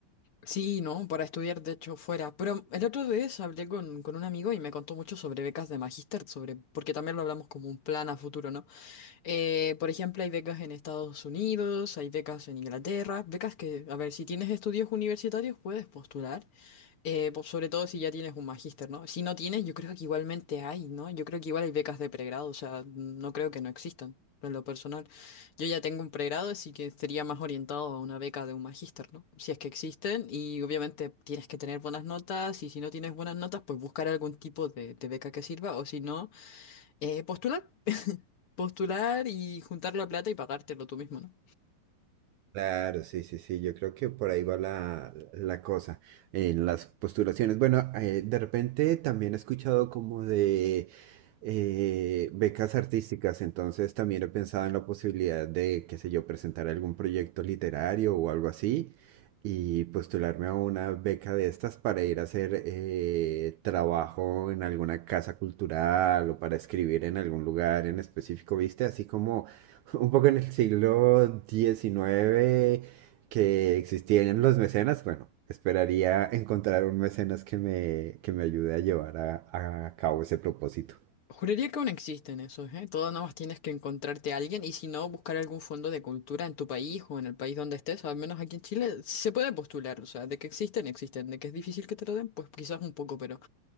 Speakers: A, on the left; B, on the right.
A: Sí, ¿no? Para estudiar, de hecho, fuera. Pero el otro vez hablé con, con un amigo y me contó mucho sobre becas de magíster, sobre, porque también lo hablamos como un plan a futuro, ¿no? Eh, por ejemplo, hay becas en Estados Unidos, hay becas en Inglaterra, becas que, a ver, si tienes estudios universitarios puedes postular. Eh, po- sobre todo si ya tienes un magíster, ¿no? Si no tienes, yo creo que igualmente hay, ¿no? Yo creo que igual hay becas de pregrado, o sea, no creo que no existan, en lo personal. Yo ya tengo un pregrado, así que sería más orientado a una beca de un magíster, ¿no? Si es que existen, y obviamente tienes que tener buenas notas, y si no tienes buenas notas, pues buscar algún tipo de, de beca que sirva, o si no, eh, postular, postular y juntar la plata y pagártelo tú mismo, ¿no?
B: Claro, sí, sí, sí, yo creo que por ahí va la, la cosa, en las postulaciones. Bueno, eh, de repente también he escuchado como de eh, becas artísticas, entonces también he pensado en la posibilidad de, qué sé yo, presentar algún proyecto literario o algo así y postularme a una beca de estas para ir a hacer eh, trabajo en alguna casa cultural o para escribir en algún lugar en específico, ¿viste? Así como <laughs> un poco en el siglo diecinueve que existían los mecenas, bueno, esperaría encontrar un mecenas que me, que me ayude a llevar a, a cabo ese propósito.
A: Juraría que aún existen esos, ¿eh? Todo nada más tienes que encontrarte a alguien y si no, buscar algún fondo de cultura en tu país o en el país donde estés, al menos aquí en Chile, se puede postular, o sea, de que existen, existen, de que es difícil que te lo den, pues quizás un poco, pero...